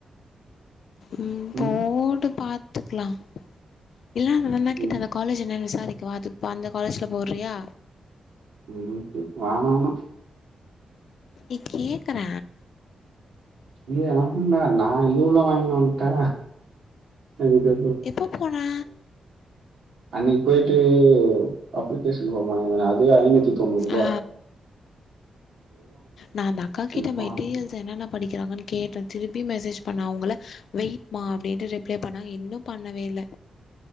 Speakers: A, on the left; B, on the right.
A: உம்
B: ம்.
A: போடு பாத்துக்கலாம் இல்ல அந்தா அண்ணா கிட்ட
B: ம்.
A: அந்த காலேஜ் என்னன்ன விசாரிக்கவ அதுப்ப அந்த காலேஜ்ல் போடுறியா
B: ம் சேர் வேணா வேணா
A: ஏ கேக்குற
B: ஏ ஆமா நா இது உள்ள வாங்குனோன்ட்டா இத
A: எப்போ போனா
B: அன்னைக்கு போயிட்டு அப்ளிகேஷன் ஃபார்ம் வாங்கிந்தோனே அது ஐநூத்தி தொண்ணூ ரூபா
A: ஆ நா அந்த அக்கா கிட்ட
B: ஃபார்ம்
A: மெட்டீரியல்ஸ் என்னென்ன படிக்கிறாங்கன்னு கேட்டது திருப்பி மெசேஜ் பண்ணா அவங்கள வெயிட்மா அப்டின்ட்டு ரிப்ளை பண்ணாங்க இன்னு பண்ணவே இல்ல